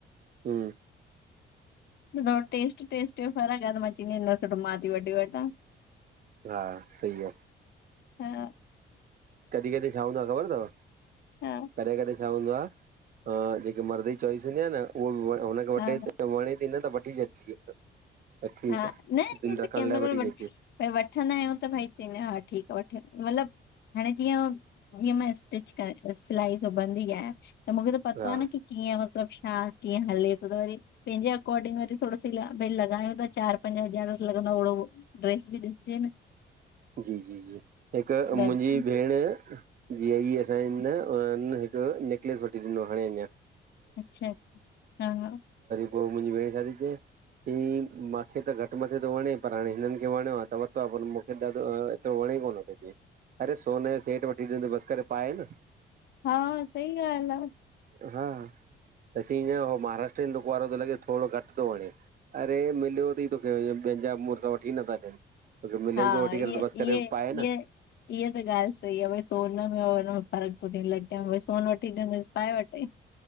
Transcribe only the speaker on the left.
ॿुधायो टेस्ट टेस्ट जो फर्क आ तमां चईंदी आहियां न सुठो त मां थी वठी वठां
हा
हा
हा
हा
न ईंअ
त
कंहिं महिल
बि वठंदा आहियूं त भई चईंदा आहियूं हा ठीक आ वठे मतलब हाणे जीअं जीअं मां स्टिच क सिलाई सिबंदी आहियां त मूंखे त पतो
आहे न की कीअं मतलबु हा कीअं हले थो त वरी पंहिंजे अकोर्डिंग वरी थोरो सी भई लॻायूं था चार पजं हजार त लगंदो ओडो ड्रेस भी ॾिसजे न
बेस्ट
अच्छा अच्छा, हा हा
हा सही ॻाल्हि आ
हा
इहे
इहे
इहे इहा त ॻाल्हि सही आहे बई सोन में में फ़र्क <unintelligible> सोन वठी ॾिनस पाए वठे